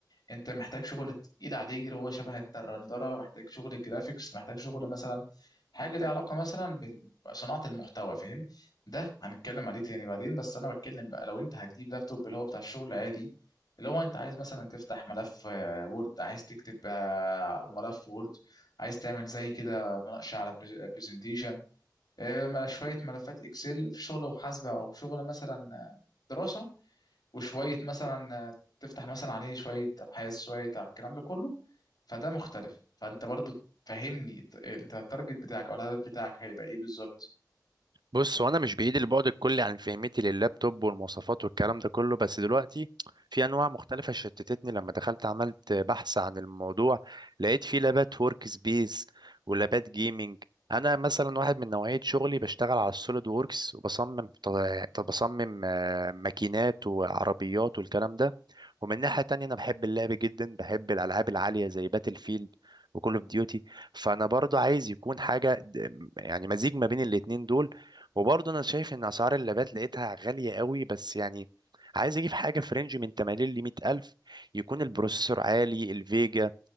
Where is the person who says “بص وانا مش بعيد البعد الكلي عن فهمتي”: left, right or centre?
Right